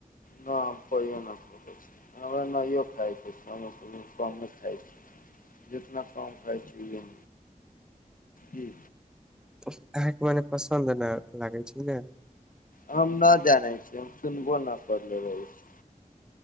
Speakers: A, on the left; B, in the centre.
A: न हम कोइो न खोले छै नो खाय छै क खाय छै जेितना कम खाय छै जी
B: अहाँके मने पसन्द नहि लागै छै ने।
A: हम नहि जानै छिय हम सुनबो नहि करले रहै छी।